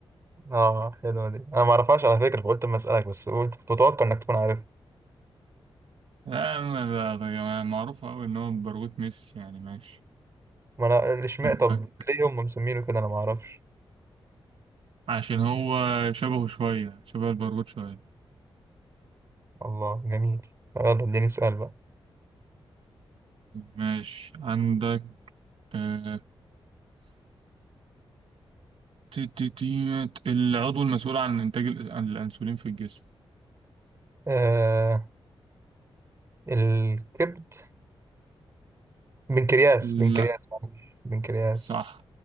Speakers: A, on the right; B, on the right.
A: اه حلوة دي انا ما اعرفهاش على فكرة فقلت اما اسألك بس قلت كنت متوقع انك تكون عارف
B: لا أنا- ده ده يعني معروف أوي إن هو برغوت ميسي يعني ماشي
A: ما انا اشمعنى
B: عندك
A: طب ليه هم مسمينه كده انا ما اعرفش
B: عشان هو شبهه شوية شبه البرغوت شوية
A: الله جميل طب يلا اديني سؤال بقى
B: ماشي عندك آه، تي- تي- تي- العضو المسؤول عن إنتاج الأنسولين في الجسم
A: آه الكبد بنكرياس
B: لا
A: بنكرياس معلش بنكرياس
B: صح